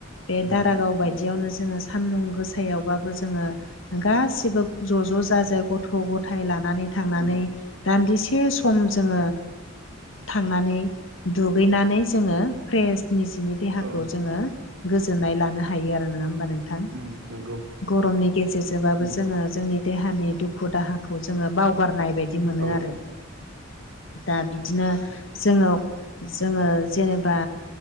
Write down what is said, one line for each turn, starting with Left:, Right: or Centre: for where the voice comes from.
Left: बे
Right: उम
Left: दारागाव बायदियावनो जोङो सान्दुं गोसायावबाबो जोङो गासिबो ज' ज' जाजाय गथ' गथाय लानानै थांनानै
Right: उम
Left: दान्दिसे सम जोङो थांनानै दुगैनानै जोङो फ्रेस निजिनि देहाखौ
Right: औ
Left: जोङो गोजोननाय लानो हायो आरो नङा होमबा नोंथां
Right: उम नंगौ
Left: गरमनि गेजेरजोंबाबो
Right: उम
Left: जोङो जोंनि देहानि दुखु दाहाखौ जोङो बावगारनाय बायदि बिदि मोनो
Right: औ
Left: आरो दा बिदिनो जोङो जोङो जेनेबा